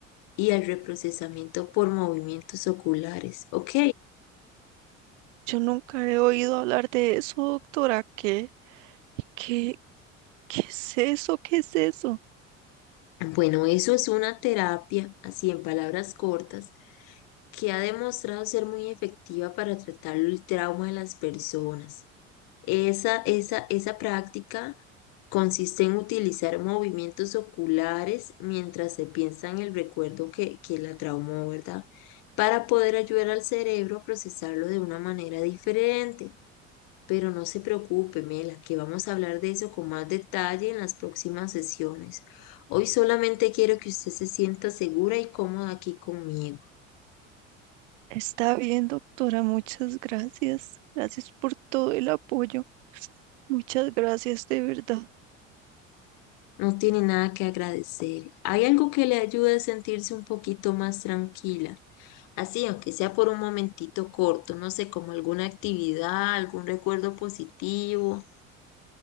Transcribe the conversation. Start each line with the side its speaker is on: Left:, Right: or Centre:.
Left: y el reprocesamiento por movimientos oculares, ¿ok?
Right: Yo nunca he oído hablar de eso, doctora. ¿Qué? ¿Qué? ¿Qué es eso? ¿Qué es eso?
Left: Bueno, eso es una terapia, así en palabras cortas, que ha demostrado ser muy efectiva para tratar el trauma de las personas. Esa, esa, esa práctica consiste en utilizar movimientos oculares mientras se piensa en el recuerdo que, que la traumó, ¿verdad? Para poder ayudar al cerebro a procesarlo de una manera diferente. Pero no se preocupe, Mela, que vamos a hablar de eso con más detalle en las próximas sesiones. Hoy solamente quiero que usted se sienta segura y cómoda aquí conmigo.
Right: Está bien, doctora. Muchas gracias. Gracias por todo el apoyo. Muchas gracias, de verdad.
Left: No tiene nada que agradecer. Hay algo que le ayude a sentirse un poquito más tranquila. Así, aunque sea por un momentito corto, no sé, como alguna actividad, algún recuerdo positivo.